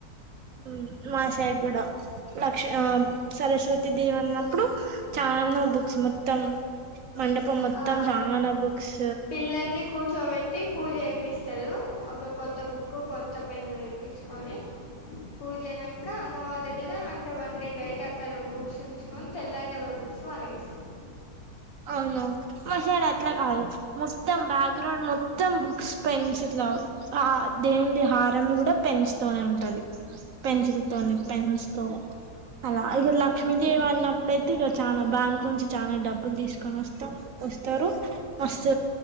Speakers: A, on the right; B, on the left.
A: మ్మ్ మా సైడ్ కూడా లక్ష్ ఆ సరస్వతి దేవ్ అన్నప్పుడు చాలా బుక్స్ మొత్తం ఇప్పు మొత్తం
B: ఆ
A: రాంగానే బుక్స్
B: పిల్లల్ని కూర్చోబెట్టి పూజ జేపిస్తరు, ఒక కొత్త బుక్ కొత్త పెన్ను తే పిచ్చుకొని పూజాయినంక అమ్మవారి దగ్గర అంటే వన్ డే నైట్ అక్కడ బుక్స్ ఉంచుకొని తెల్లడేవరు బుక్ వాళ్లకిస్తరు
A: అవునా మసైడ్ అట్ల కాదు మొత్తం బ్యాక్గ్రౌండ్ మొత్తం బుక్స్ పెన్సిల్ దౌ కాద్ దేవుంది హారం కూడా పెన్స్ తోనే ఉంటది పెన్సిల్ తోని పెన్స్ తో అలా ఇగ లక్ష్మీదేవి అన్నప్పుడు అయితే ఇగ చానా బ్యాంక్ నుంచి చానా డబ్బులు తీసు <unintelligible> వస్తరు మస్త్